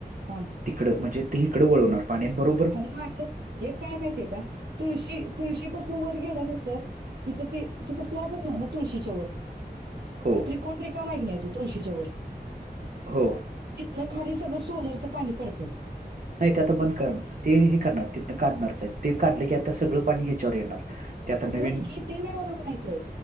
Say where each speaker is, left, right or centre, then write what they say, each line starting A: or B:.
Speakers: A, on the right (about 80°); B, on the right (about 55°).
A: हा.
B: तिकडं म्हणजे ते हिकडं वळवणार पाण्या बरो
A: आणि मग असं हे काय माहितीय, का तुळशी तुळशीपासून वर गेल्यानंतर तिथं ते तिथं स्लॅबच नाही ना तुळशीच्या वर.
B: हो
A: त्रिकोण रिकामा आहे, का नाही तो तुळशीच्या वर
B: हो.
A: तिथनं खाली सगळं सोलरचं पाणी पडतयं.
B: नाही ते आता बंद कर ते हे करणार तिथन काढणारच आहेत, ते काढलं की आता सगळं पाणी ह्याच्यावर येणार. ते आता नवीन
A: होच, की ते नाही मला म्हणायचंय